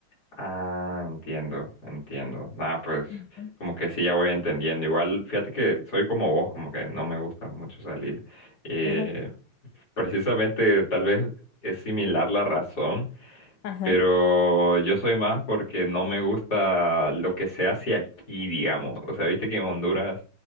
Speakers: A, on the left; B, on the left.
A: Ah, entiendo, entiendo. Nada, pues,
B: Ujú.
A: como que sí, ya voy entendiendo. Igual, fíjate que soy como vos, como que no me gusta mucho salir. eh,
B: Ajá,
A: Precisamente, tal vez es similar la razón,
B: ajá,
A: pero yo soy más porque no me gusta lo que se hace aquí, digamos. O sea, viste que en Honduras